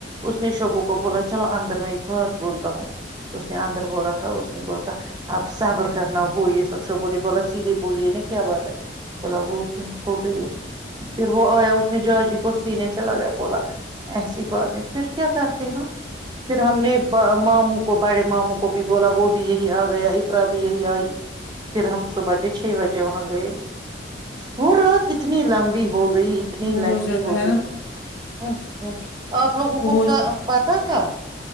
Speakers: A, on the right (about 25°); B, on the left (about 80°).
A: اس نے شبو کو بولا چلو اندر میں ایک بات بولتا ہوں اس نے اندر بولا تھا اس نے بولتا اپ صابر کرنا وہ یہ سب شبوں نے بولا سیدھے بولیے نا کیا بات ہے بولا وہ ڈیتھ ہو گئی اس کی پھر وہ آیا اس نے جہجی کو سینے سے لگیا بولا ایسی بات ہے پھر کیا کرتے ہیں پھر ہم نے ب ماموں کو بڑے ماموں کو بھی بولا وہ بھی یہی آ گیا اقرا بھی یہی آئی پھر ہم صبح کے چھ بجے وہاں گئے وہ رات اتنی لمبی ہو گئی اتنی
B: وہ
A: لہنگی
B: جاتا
A: ہو
B: ہے
A: گئی
B: نا
A: ہم ہم آپ لوگوں
B: وہ
A: کو
B: ہو
A: پتا تھا